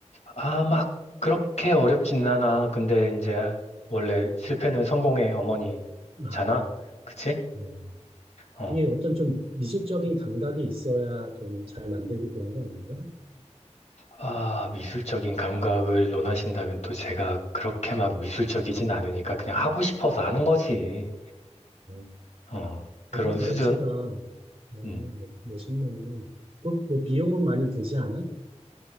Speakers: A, on the left; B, on the right.
A: 아, 막 그렇게 어렵진 않아. 근데 이제 원래 실패는 성공의 어머니잖아.
B: 아,
A: 그치?
B: 어.
A: 어.
B: 이게 어떤 좀 미술적인 감각이 있어야 좀 잘 만들고 그런 거 아닌가?
A: 아, 미술적인 감각을 논하신다면 또 제가 그렇게 막 미술적이진 않으니까 그냥 하고 싶어서 하는 거지.
B: 아.
A: 어. 그런
B: 거기도
A: 수준?
B: 멋지다. 어, 멋-
A: 음.
B: 멋있네. 그, 뭐, 비용은 많이 들지 않아?